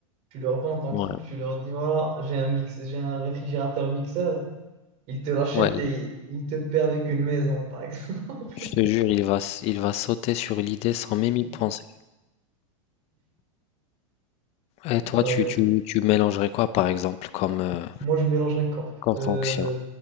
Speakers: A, on the right; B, on the left.
A: tu leur vends ton
B: Ouais.
A: truc, tu leur dis voilà, j'ai un mix, j'ai un réfrigérateur mixeur, ils te l'achètent
B: Ouais,
A: et ils te perdent avec une maison, par exemple.
B: je te jure, il va, s- il va sauter sur l'idée sans même
A: <laughs>
B: y penser. Et toi,
A: Aïe,
B: tu,
A: aïe.
B: tu, tu mélangerais quoi, par exemple, comme, euh,
A: Moi, je mélangerais quoi
B: comme
A: Euh,
B: fonction?